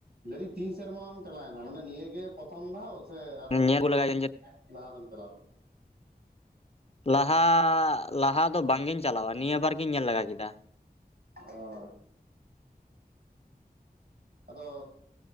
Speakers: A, on the right; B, on the left.
A: ᱞᱟᱹᱭᱫᱤᱧ ᱛᱤᱱ ᱥᱮᱨᱢᱟᱢ ᱪᱟᱞᱟᱣᱮᱱᱟ ᱢᱟᱱᱮ ᱱᱤᱭᱟᱹᱜᱮ ᱯᱨᱚᱛᱷᱚᱢ ᱫᱷᱟᱣ? ᱥᱮ ᱟᱨᱦᱚᱸ
B: ᱧᱮᱞ
A: ᱞᱟᱦᱟ
B: ᱟᱹᱜᱩ ᱞᱮᱜᱟᱭᱫᱟᱹᱧ ᱡᱮ
A: ᱞᱟᱦᱟᱛᱮᱢ ᱪᱟᱞᱟᱣ ᱞᱮᱱᱟ?
B: ᱞᱟᱦᱟ ᱞᱟᱦᱟ ᱫᱚ ᱵᱟᱝ ᱜᱤᱧ ᱪᱟᱞᱟᱣ ᱱᱤᱭᱟᱹ ᱵᱟᱨ ᱜᱤᱧ ᱧᱮᱞ ᱞᱮᱜᱟ ᱠᱮᱫᱟ᱾
A: ᱚᱸ ᱟᱫᱚ